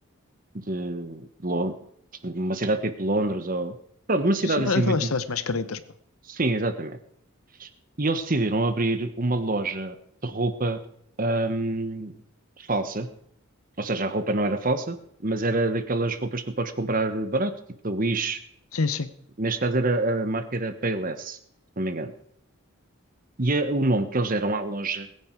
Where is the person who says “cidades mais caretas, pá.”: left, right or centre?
Left